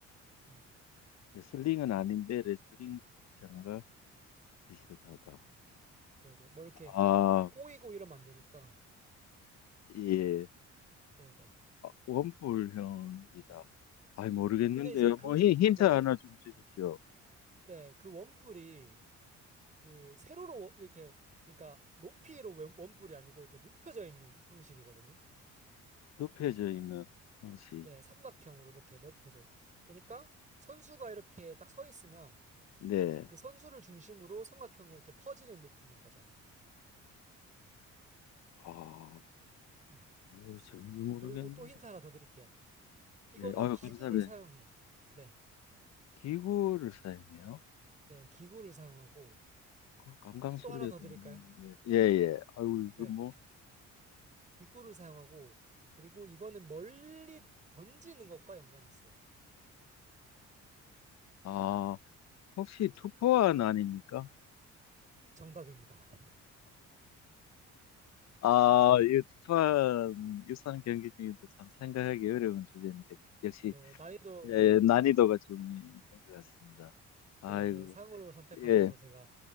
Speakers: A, on the right (about 25°); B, on the left (about 60°).
A: 네,
B: 레슬링은 아닌데 레슬링 복장과 비슷하다.
A: 네, 네. 뭐 이렇게
B: 아
A: 꼬이고 이러면 안 되니까.
B: 예,
A: 네, 네.
B: 아, 원뿔형이다. 아이 모르겠는데요.
A: 네. 근데 이제 그,
B: 뭐 힌, 힌트
A: 네,
B: 하나
A: 그,
B: 좀 주십시오.
A: 네, 그 원뿔이 그 세로로 워- 이렇게, 그러니까 높이로 원- 원뿔이 아니고 이렇게 눕혀져 있는 형식이거든요.
B: 눕혀져 있는 형식.
A: 네, 삼각형으로 이렇게 넓혀져 있. 그러니까 선수가 이렇게 딱 서 있으면
B: 네.
A: 그 선수를 중심으로 삼각형이 이렇게 퍼지는 느낌인 거죠.
B: 아,
A: 예.
B: 아유, 전혀 모르겠는데.
A: 그리고 또 힌트 하나 더 드릴게요. 이거는
B: 예, 아유,
A: 기구를
B: 감사합니다.
A: 사용해요. 네,
B: 기구를 사용해요?
A: 네, 기구를 사용하고
B: 그 강강술래도
A: 또 하나 더 드릴까요?
B: 아닌데. 예, 예. 아유, 이거
A: 네,
B: 뭐.
A: 기구를 사용하고 그리고 이거는 멀리 던지는 것과 연관이 있어요.
B: 아, 혹시 투포환 아닙니까?
A: 정답입니다.
B: 아, 이 투포환 유산 경기 중에도 참 생각하기 어려운 주제니까 역시
A: 네, 난이도
B: 예,
A: 네,
B: 난이도가 좀 있는 것 같습니다. 아이고,
A: 네, 네 상으로 선택하셔서
B: 예.
A: 제가